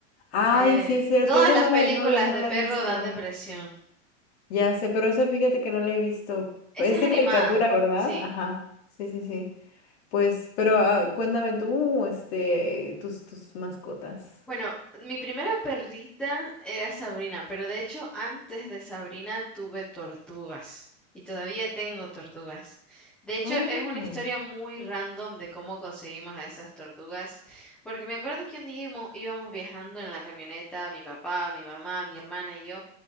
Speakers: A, on the left; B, in the centre.
A: Ay,
B: Eh,
A: sí, es cierto,
B: todas
A: esa
B: las
A: no
B: películas
A: la, no la, no
B: de
A: la
B: perro
A: he visto.
B: dan depresión.
A: Ya sé, pero esa fíjate que no la he visto.
B: Esa
A: Es
B: es
A: de
B: animada,
A: caricatura, ¿verdad?
B: sí.
A: Ajá, sí, sí, sí. Pues, pero ah, cuéntame tú, este, tus, tus mascotas.
B: Bueno, mi primera perrita era Sabrina, pero de hecho antes de Sabrina tuve tortugas y todavía tengo tortugas. De hecho
A: Oh,
B: es una historia muy random de cómo conseguimos a esas tortugas, porque me acuerdo que un día imo- íbamos viajando en la camioneta, mi papá, mi mamá, mi hermana y yo,